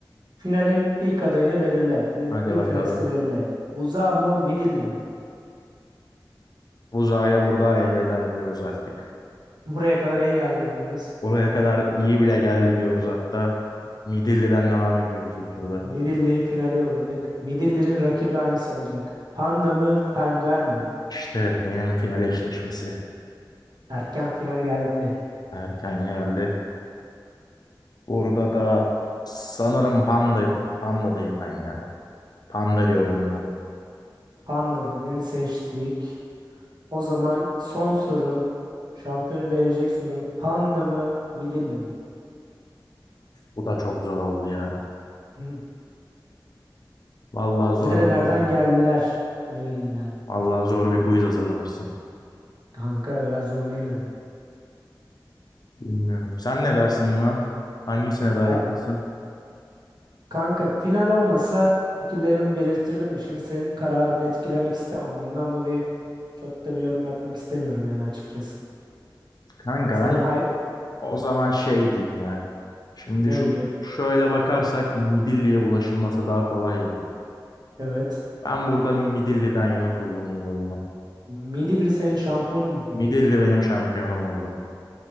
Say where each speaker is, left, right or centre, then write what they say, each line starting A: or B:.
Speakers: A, on the right; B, on the left.
A: finalin ilk adayını belirle. Final
B: Hadi
A: ilk
B: bakalım.
A: finalisti belirle. Buza mı midilli mi? <laughs>
B: Buzağa burada elveda ediyoruz artık.
A: Buraya kadar iyi geldi diyoruz.
B: Oraya kadar iyi bile geldi diyoruz hatta. Midilli'den devam ediyoruz bu turda.
A: Midilli'yi finale yolladık. Midilli'nin rakibi hangisi olacak? Panda mı, penguen mi?
B: İşte benim final eşleşmesi
A: Erken final geldi.
B: erken geldi. Burada da sanırım Panda, Panda'dayım ben ya. Panda diyorum buna.
A: Panda dedin, seçtik. O zaman son soru. Şampiyonu belirleyecek soru. Panda mı, Midilli mi?
B: Bu da çok zor oldu ya.
A: Hı.
B: Vallahi zor
A: Nerelerden
B: bir quizmiş.
A: geldiler? Öyle diyeyim yani.
B: Vallahi zor bir quiz hazırlamışsın.
A: Kanka biraz zorlayayım dedim.
B: Bilmiyorum. Sen ne dersin buna? Hangisine daha
A: A-
B: yakınsın?
A: Kanka final olmasa fikirlerimi belirtirdim de şimdi senin kararını etkilemek istemem. Ondan dolayı çok da bir yorum yapmak istemiyorum yani açıkçası.
B: Kanka
A: Senin
B: ben
A: hay
B: o zaman şey diyeyim ya. Şimdi
A: ne
B: şu
A: diyor?
B: şöyle bakarsak Midilli'ye ulaşılması daha kolay ya.
A: Evet.
B: Ben burada Midilli'den yana kullanayım oyumu.
A: Midilli senin şampiyonun mu peki?
B: Midilli benim şampiyonum oldu.